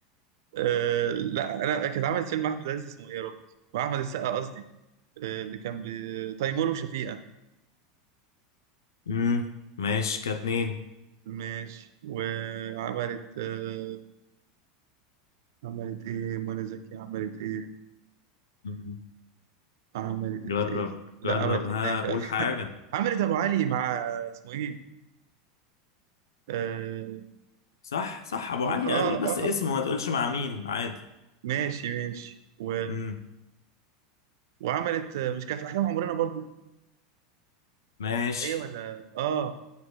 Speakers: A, on the right (about 65°); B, on the left (about 80°).
A: أه لا انا كانت عملت فيلم احمد عز اسمه ايه يا ربي واحمد السقا قصدي أه اللي كان بي- تيمور وشفيقة
B: امم ماشي كاتنين
A: ماشي وعملت أه عملت ايه منى زكي عملت ايه
B: مم.
A: عملت
B: جرب
A: ايه لا
B: جرب
A: عملت
B: ها
A: ايه تاني فعلا
B: قول حاجه
A: <laughs> عملت ابو علي مع اسمه ايه اه
B: صح صح ابو
A: اه
B: علي
A: اه,
B: انا اقول بس اسمه
A: آه.
B: ما تقولش مع مين عادي
A: ماشي ماشي و...
B: امم
A: وعملت آه، مش كان في احلام عمرنا برضو
B: ماشي
A: ايه ولا اه